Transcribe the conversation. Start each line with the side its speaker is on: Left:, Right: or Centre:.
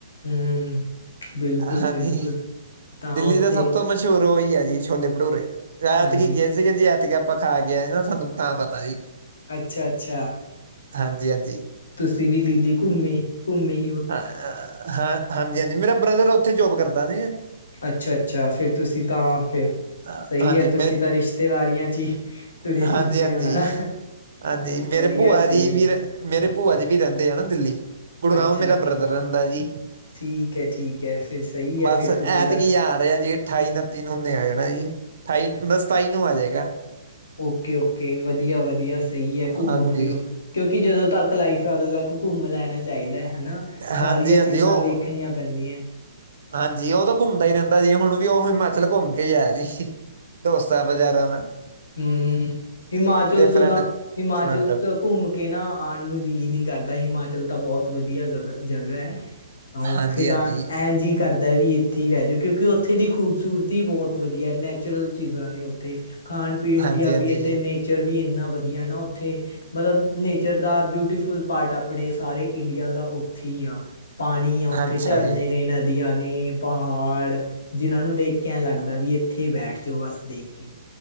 Left: ਹੂੰ, ਬਿਲਕੁਲ-ਬਿਲਕੁਲ
Right: ਹਾਂਜੀ
Left: ਤਾਂ
Right: ਦਿੱਲੀ
Left: ਉੱਥੇ
Right: ਦੇ ਸਭ ਤੋਂ ਮ ਮਸ਼ੂਰ ਓਈ ਐ ਜੀ ਛੋਲੇ ਭਟੂਰੇ, ਐਤਕੀ
Left: ਹਾਂਜੀ,
Right: ਗਏ ਸੀਗੇ ਜੀ ਐਤਕ ਆਪਾਂ ਖਾ ਕੇਏ ਨਾ ਸਾਨੂੰ ਤਾਂ ਪਤਾ ਜੀ।
Left: ਅੱਛਾ-ਅੱਛਾ,
Right: ਹਾਂਜੀ, ਹਾਂਜੀ।
Left: ਤੁਸੀਂ ਵੀ ਦਿੱਲੀ ਘੁੰਮੇ-ਘੁੰਮੇ
Right: ਅ ਹਾਂ ਹਾਂਜੀ-ਹਾਂਜੀ, ਮੇਰਾ ਬ੍ਰਦਰ ਓਥੇ ਜੋਬ ਕਰਦਾ ਨੀ।
Left: ਅੱਛਾ ਅੱਛਾ ਫਿਰ ਤੁਸੀਂ ਤਾਂ ਫਿਰ
Right: ਅ,
Left: ਸਹੀ
Right: ਹਾਂਜੀ
Left: ਐ, ਯਾਰ ਤੁਸੀਂ ਤਾਂ ਰਿਸ਼ਤੇਦਾਰੀਆਂ ਚ' ਹੀ ਤੁਰੇ
Right: ਹਾਂਜੀ-ਹਾਂਜੀ,
Left: ਫਿਰਦੇ ਹੋ ਹਨਾ
Right: ਹਾਂਜੀ ਮੇਰੇ
Left: ਵਧੀਆ
Right: ਭੂਆ
Left: ਸਹੀ
Right: ਦੀ ਵੀ
Left: ਹੈ
Right: ਮੇਰੇ ਭੂਆ ਜੀ ਵੀ ਰੈਂਦੇ ਆ ਨਾ ਦਿੱਲੀ। ਗੁੜਗਾਓ
Left: ਅੱਛਾ-ਅੱਛਾ
Right: ਮੇਰਾ ਬ੍ਰਦਰ ਰੈਂਦਾ ਜੀ।
Left: ਠੀਕ ਹੈ ਠੀਕ ਹੈ ਫਿਰ ਸਹੀ ਹੈ
Right: ਬਸ
Left: ਫਿਰ
Right: ਐਤਕੀ
Left: ਤੁਸੀਂ ਤਾਂ
Right: ਆ ਰਿਹਾ ਜੀ, ਅਠਾਈ ਉੱਨਤੀ ਨੂੰ ਨੇ ਆ ਜਾਣਾ ਜੀ। ਠਾਈ, ਬਸ ਸਤਾਈ ਨੂੰ ਆਜੇਗਾ।
Left: ਓਕੇ-ਓਕੇ, ਵਧੀਆ- ਵਧੀਆ। ਸਹੀ ਐ ਘੁੰਮੋ-ਫਿਰੋ।
Right: ਹਾਂਜੀ
Left: ਕਿਉਂਕਿ ਜਦੋਂ ਤੱਕ ਲਾਈਫ ਐ, ਉਦੋਂ ਤੱਕ ਘੁੰਮ ਲੈਣਾ ਚਾਈਦਾ ਐ, ਹੈਨਾ।
Right: ਹਾਂਜੀ
Left: ਸਾਰੀਆਂ
Right: ਹਾਂਜੀ
Left: ਚੀਜ਼ਾਂ
Right: ਉਹ
Left: ਦੇਖਣੀਆਂ ਪੈਂਦੀਆਂ।
Right: ਹਾਂਜੀ, ਉਹ ਤਾਂ ਘੁੰਮਦਾ ਈ ਰਹਿੰਦਾ ਜੀ, ਹੁਣ ਵੀ ਉਹ ਹਿਮਾਚਲ ਘੁੰਮ ਕੇ ਈ ਆਇਆ ਜੀ। ਡੋਸਾ ਬਜ਼ਾਰ ਮੈਂ। <unintelligible>
Left: ਹੂੰ, ਹਿਮਾਚਲ ਤੋਂ
Right: ਫਰੈਂਡ
Left: ਨਾ ਹਿਮਚਲ
Right: ਫਰੈਂਡ
Left: ਚ ਘੁੰਮ ਕੇ ਨਾ ਆਣ ਨੂੰ ਜੀਅ ਨੀ ਕਰਦਾ ਹਿਮਾਚਲ ਤਾਂ ਬੋਤ ਵਧੀਆ ਜਗ ਜਗ੍ਹਾ ਐ। ਅ ਓਥੇ
Right: ਹਾਂਜੀ
Left: ਤਾਂ
Right: ਹਾਂਜੀ
Left: ਐਨ ਜੀ ਕਰਦੈ ਵੀ ਏਥੇ ਈ ਰੈ ਜੋ ਕਿਉਂਕੀ ਓਥੇ ਦੀ ਖੂਬਸੂਰਤੀ ਬੋਤ ਵਧੀਐ ਨੈਚੁਰਲ ਚੀਜ਼ਾਂ ਨੇ ਓਥੇ। ਖਾਣ, ਪੀਣ
Right: ਹਾਂਜੀ
Left: ਦੀਆਂ
Right: ਹਾਂਜੀ
Left: ਵੀ ਏ ਤੇ ਨੇਚਰ ਵੀ ਇੰਨਾ ਵਧੀਆ ਨਾ ਓਥੇ। ਮਤਲਬ ਨੇਚਰ ਦਾ ਬਿਊਟੀਫੁੱਲ ਪਾਰਟ ਆਪਣੇ ਸਾਰੇ ਇੰਡੀਆ ਦਾ ਓਥੇ ਈ ਆ। ਪਾਣੀ ਆ, ਓਥੇ
Right: ਅੱਛਾ
Left: ਝਰਨੇ
Right: ਜੀ
Left: ਨੇ ਨ ਦੀਆਂ ਨੇ, ਪਹਾੜ ਜਿਨਾਂ ਨੂੰ ਦੇਖ ਕੇ ਐ ਲੱਗਦਾ ਵੀ ਏਥੇ ਈ ਬੈਠ ਜੋ ਬਸ ਦੇਖ ਕੇ।